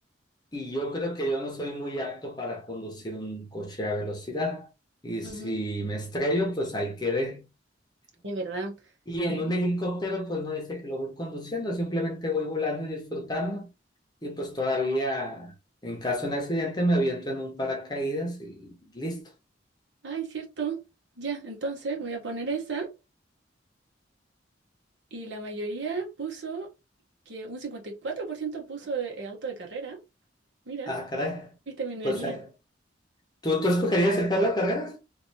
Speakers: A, on the left; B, on the right.
A: y yo creo que yo no soy muy apto para conducir un coche a velocidad. Y si
B: Ujú,
A: me estrello, pues ahí quedé.
B: Es verdad.
A: Y
B: Entonces-
A: en un helicóptero, pues no dice que lo voy conduciendo, simplemente voy volando y disfrutando. Y pues todavía, en caso de un accidente, me aviento en un paracaídas y listo.
B: Ay, cierto. Ya, entonces voy a poner esa. Y la mayoría puso que un 54% puso de- eh, auto de carrera. Mira,
A: Ah, caray.
B: viste minería.
A: Pues, eh, ¿tú, tú escogerías el Carlos Carreras?